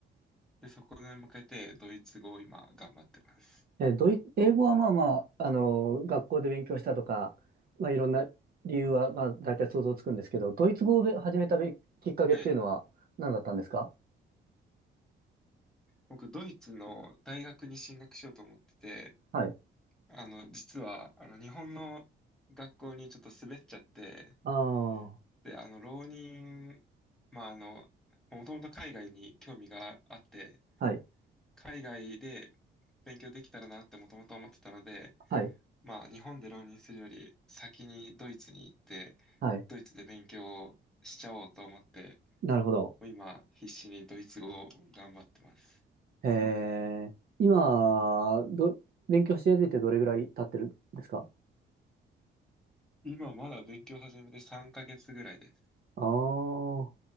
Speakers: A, in the centre; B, on the right.
A: で、そこに向けてドイツ語を今頑張ってます。
B: えー、ドイ、英語はまあまあ、あのー学校で勉強したとか、まあいろんな理由は、まあ大体想像つくんですけど、ドイツ語をべ始めたべきっかけっていうのは何だったんですか
A: はい。僕、ドイツの大学に進学しようと思ってて、
B: はい。
A: あの、実は、あの、日本の学校にちょっと滑っちゃって、
B: ああ。
A: で、あの、浪人、まあ、あの、もともと海外に興味があって、
B: はい、
A: 海外で勉強できたらなってもともと思ってたので、
B: はい、
A: まあ、日本で浪人するより先にドイツに行って、
B: はい。
A: ドイツで勉強をしちゃおうと思って、
B: なるほど。
A: もう今、必死にドイツ語を頑張ってます。
B: えー、今、ど、勉強し始めてどれぐらい経ってるんですか
A: 今、まだ勉強始めて3ヶ月ぐらいです。
B: ああー、